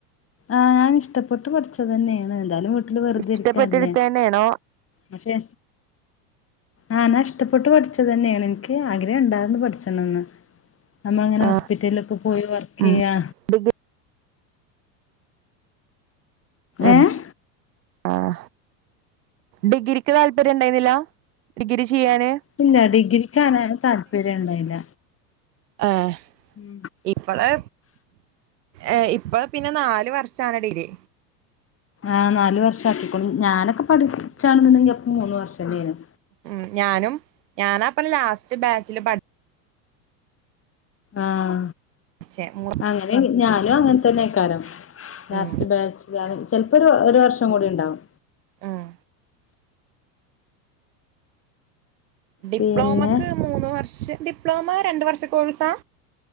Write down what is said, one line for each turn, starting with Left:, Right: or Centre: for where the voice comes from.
Left: ആഹ് ഞാൻ ഇഷ്ടപ്പെട്ട് പഠിച്ചത് തന്നെയാണ് എന്തായാലും വീട്ടില് വെറുതെ
Right: ഇഷ്ടപ്പെട്ടെടുത്ത
Left: ഇരിക്കല്ലേ
Right: തന്നെയാണോ
Left: പക്ഷെ ആഹ് ഞാൻ ഇഷ്ടപ്പെട്ട് പഠിച്ചത് തന്നെയാണ് എനിക്ക് ആഗ്രഹം ഉണ്ടായിന്ന് പഠിച്ചണം എന്ന് നമ്മൾ ഇങ്ങനെ
Right: ആ
Left: ഹോസ്പിറ്റലിലൊക്കെ പോയി വർക്ക് ചെയ്യാ
Right: ഉം ഡിഗ്രി ആഹ്
Left: ഏഹ്
Right: ആഹ ഡിഗ്രിക്ക് താല്പര്യം ഉണ്ടായിന്നില്ല ഡിഗ്രി ചെയ്യാന്
Left: ഇല്ല ഡിഗ്രക്കണ് താല്പര്യം ഉണ്ടായില്ല
Right: ആഹ്
Left: ഉം
Right: ഇപ്പള് ഏ ഇപ്പ പിന്നെ നാല് വർഷണ ഡിഗ്രി
Left: ആ നാല് വർഷമാക്കിക്കോളും ഞാനൊക്കെ പഠിച്ചാണ്ണ്ടെങ്കപ്പ മൂന്ന് വർഷത്തെനും
Right: ഉ ഞാനും ഞാനാപ്പ ലാസ്റ്റ് ബാച്ചില് പഠി
Left: ആഹ
Right: പഠിച്ചേ
Left: അങ്ങനെ ഞാനും അങ്ങനെ തന്നെ ആക്കാരം ലാസ്റ്റ്
Right: ഉം
Left: ബ ചിലപ്പോ ഒരു ഒരു വർഷം കൂടി ഉണ്ടാവും
Right: ഉം ഡിപ്ലോമക്ക്
Left: പിന്നെ
Right: മൂന്ന് വർഷം ഡിപ്ലോമ രണ്ട വർഷ കോഴ്സാ